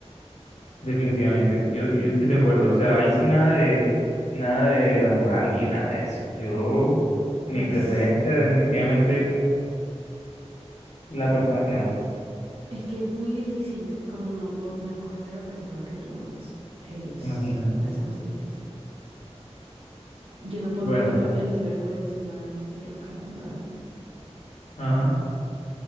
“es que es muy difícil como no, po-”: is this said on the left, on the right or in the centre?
Right